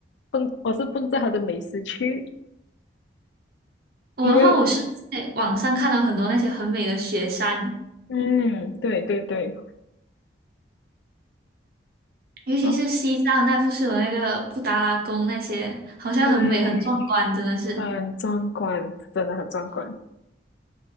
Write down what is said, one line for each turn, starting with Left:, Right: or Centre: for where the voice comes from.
Left: 奔，我是奔着它的美食去，
Right: 我的话，
Left: 因为
Right: 我是在网上看到很多那些很美的雪山，
Left: 嗯，对对对，
Right: 尤其是西藏那，
Left: 哦
Right: 不是有那个布达拉宫那些，好像很美很壮观，
Left: 对，
Right: 真的是。
Left: 很壮观，真的很壮观。